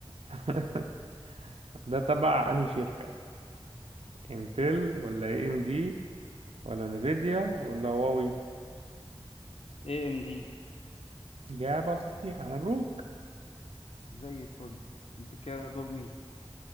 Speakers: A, on the right; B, on the left.
A: <laughs> ده تبع انهي شركة انتل ولا اي ام دي ولا نيفيديا ولا هواوي
B: اي ام دي
A: إجابة صحيحة مبروك
B: زي الفل ده كده دور مين